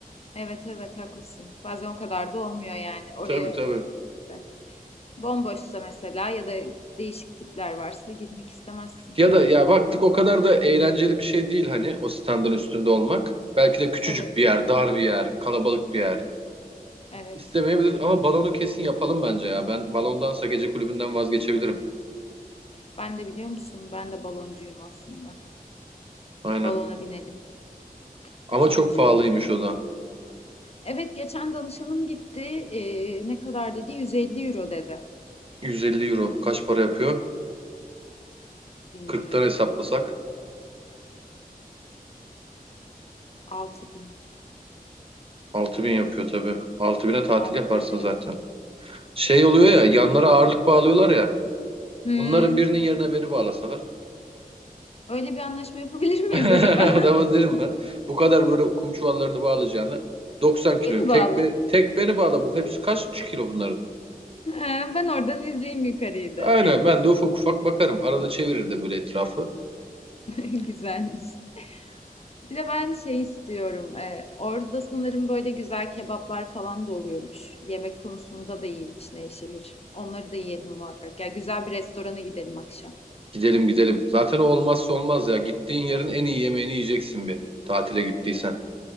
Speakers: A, on the left; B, on the right.
A: Evet evet haklısın. Bazen o kadar da olmuyor yani. Oraya
B: Tabii tabii.
A: da. Bomboşsa mesela ya da değişik tipler varsa girmek istemezsin.
B: Ya da ya baktık o kadar da eğlenceli bir şey değil hani o standın üstünde olmak. Belki de küçücük
A: Evet,
B: bir yer, dar bir yer, kalabalık bir yer.
A: evet.
B: İstemeyebiliriz ama balonu kesin yapalım bence ya. Ben balondansa gece kulübünden vazgeçebilirim.
A: Ben de biliyor musun? Ben de baloncuyum aslında.
B: Aynen.
A: Balona binelim.
B: Ama
A: Uçalım
B: çok
A: şöyle
B: pahalıymış
A: bir.
B: o da.
A: Evet geçen danışanım gitti. Ee, ne kadar dedi? 150 euro dedi.
B: 150 euro. Kaç para yapıyor?
A: Bilmiyorum.
B: 40'tan hesaplasak
A: Altı bin.
B: 4000, bin yapıyor tabii. altı bin'e tatil
A: altı
B: yaparsın
A: bin lira.
B: zaten. Şey
A: Evet.
B: oluyor ya, yanlara ağırlık bağlıyorlar ya.
A: Hmm,
B: Onların birinin yerine beni bağlasalar.
A: öyle bir anlaşma yapabilir miyiz
B: <laughs>
A: acaba?
B: Adama derim ben. Bu kadar böyle kum çuvallarını bağlayacağını 90
A: <laughs>
B: kilo.
A: Beni
B: Tek,
A: bağla.
B: be- tek beni bağla bu. Hepsi kaç kilo bunların?
A: Ha, Ben oradan izleyeyim yukarıyı da.
B: Aynen ben de ufak ufak bakarım. Arada çevirir de böyle etrafı.
A: <laughs> Güzelmiş. Bir de ben şey istiyorum. Ee, orada sanırım böyle güzel kebaplar falan da oluyormuş. Yemek konusunda da iyiymiş Nevşehir. Onları da yiyelim muhakkak. Ya güzel bir restorana gidelim akşam.
B: Gidelim gidelim. Zaten o olmazsa olmaz ya. Gittiğin yerin en iyi yemeğini yiyeceksin bir tatile gittiysen.